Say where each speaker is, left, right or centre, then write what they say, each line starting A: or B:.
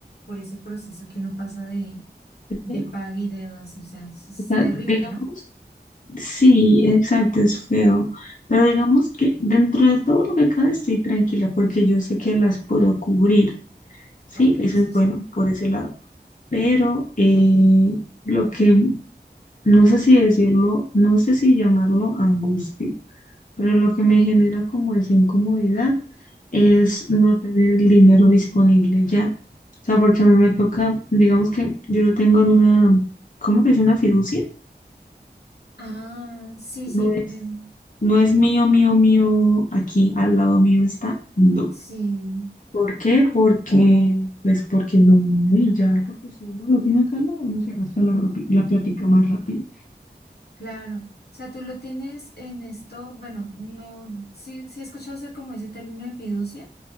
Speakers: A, on the left (about 65°); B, on the left (about 50°).
A: por ese proceso que uno pasa de,
B: Sí,
A: de paga y deudas. O sea, es, es
B: O sea,
A: terrible,
B: digamos...
A: ¿no?
B: Sí, exacto, es feo. Pero digamos que dentro de todo lo que cabe estoy tranquila porque yo sé que las puedo cubrir, ¿sí?
A: Ok,
B: Eso
A: sí,
B: es
A: sí.
B: bueno por ese lado. Pero eh, lo que, no sé si decirlo, no sé si llamarlo angustia, pero lo que me genera como esa incomodidad es no tener el dinero disponible ya. O sea, porque a mí me toca, digamos que yo lo tengo en una, ¿cómo se dice? Una fiducia.
A: Ah, sí, sí,
B: No es,
A: em,
B: no es mío, mío, mío, aquí al lado mío está, no.
A: sí.
B: ¿Por qué? Porque, pues porque no, y ya, porque si uno lo tiene acá al lado, uno se arrastra la, ropi- la plática más rápido.
A: Claro, o sea, tú lo tienes en esto, bueno, no, sí, sí he escuchado o sea, como ese término de fiducia,